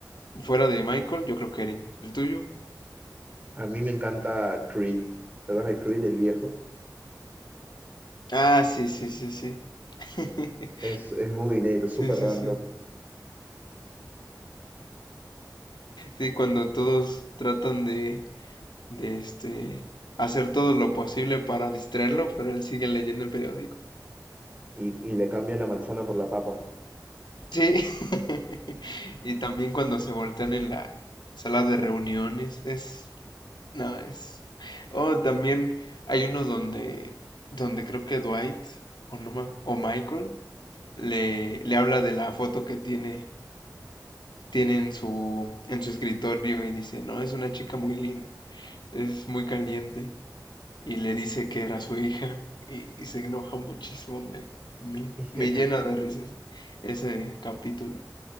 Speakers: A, on the left; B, on the right.
A: fuera de Michael, yo creo que Erin. ¿El tuyo?
B: a mí me encanta Creed. ¿Te acuerdas de Creed, el viejo?
A: Ah, sí, sí, sí, sí. <laughs>
B: Es, es muy dinero, es
A: Sí,
B: súper
A: sí,
B: random.
A: sí. Sí, cuando todos tratan de de este hacer todo lo posible para distraerlo, pero él sigue leyendo el periódico.
B: Y, y le cambian la manzana por la papa.
A: Sí. <laughs> y también cuando se voltean en la sala de reuniones, es, no, es, oh, también hay unos donde, donde creo que Dwight o, no, ma- o Michael le, le habla de la foto que tiene, tiene en su, en su escritorio y dice, no, es una chica muy linda, es muy caliente. y le dice que era su hija y, y se enoja muchísimo, me, me,
B: <laughs>
A: me llena de risas ese capítulo,